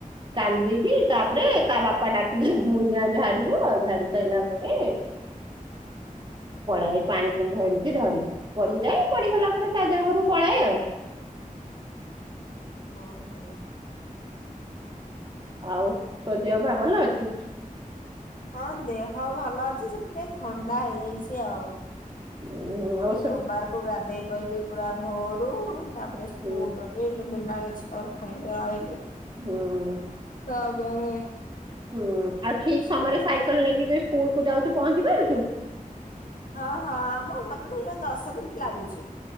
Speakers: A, on the right; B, on the left.
A: କାନ୍ଦିକି ତାପରେ ତା ବାପା ଡାକି ଗୁଣିଆ ଝାଡିବ ଝାଡି ସାରିଲା ପରେ ପଳାଏ ପାଣି କୁମ୍ଭ ଏମିତି ଧରି ପଡିିଯାଏ ପଡିିଗଲା ପରେ ତା ଦେହରୁ ପଳାଏ ଆଉ।
B: ହଁ ହଁ।
A: ଆଉ ତୋ ଦେହ ବାହା ଭଲ ଅଛି।
B: ହଁ ଦେହ ଭଲ ଅଛି ସେଥିପାଇଁ ଥଣ୍ଡା ହେଇଯାଇଛି ଆଉ।
A: ହୁଁ ହୁଁ ଆଉ
B: ସୋମବାରକୁ ଗାଧେଇ ପଇଲିି ପୁରା ଭୋରୁ ତାପରେ ସ୍କୁଲୁ
A: ହୁଁ
B: ଗଲି। ମୁଁ କହିଲି ନା ମିକ୍ଚର ଖାଇଲେ ଆଇଲି।
A: ହୁଁ।
B: କାହାକୁ କହିବି।
A: ହୁଁ ଆଉ ଠିକ ସମୟରେ ସାଇକେଲ ନେଇକି ଯେ ସ୍କୁଲ କୁ ଯାଉଛୁ ପହଞ୍ଚି ପାରୁଛୁ।
B: ହଁ ହଁ ଆମ ଘରଠୁ ପୁରା ଦଶ ମିନିଟ୍ ଲାଗୁଛି।